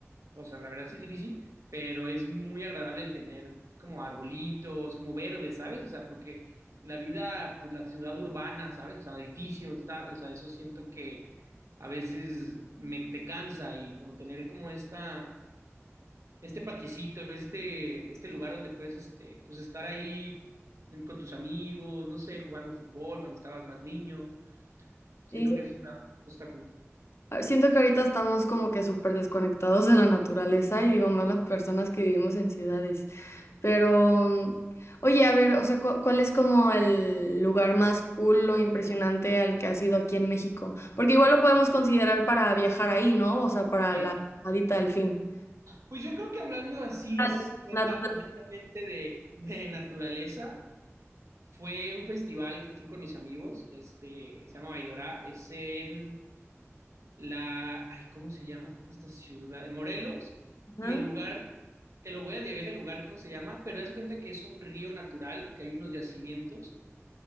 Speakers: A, on the right; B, on the left.
A: o sea, la verdad sí es difícil, pero es muy agradable el tener como arbolitos, como verde, ¿sabes? O sea, porque la vida, pues la ciudad urbana, ¿sabes? O sea, edificios, tal, o sea, eso siento que a veces me te cansa y como tener como esta, este patiecito, este, este lugar donde puedes, este, pues estar ahí con tus amigos, no sé, jugando fútbol cuando estabas más niño, siento
B: Sí,
A: que eso está, está cool.
B: Ah, Siento que ahorita estamos como que súper desconectados de la naturaleza y digo más las personas que vivimos en ciudades. Pero, oye, a ver, o sea, ¿cu- ¿cuál es como el lugar más cool o impresionante al que has ido aquí en México? Porque igual lo podemos considerar para viajar ahí, ¿no? O sea, para
A: Claro.
B: la llamadita del fin.
A: Pues yo creo que hablando así,
B: Ah,
A: neta-
B: Natural.
A: netamente de, de naturaleza, fue un festival que fui con mis amigos, este, se llama Baidora, es en la, ay, ¿cómo se llama esta ciudad? Morelos,
B: Ajá.
A: y el lugar, te lo voy a deber el lugar, ¿cómo se llama? Pero das cuenta que es un río natural, que hay unos yacimientos,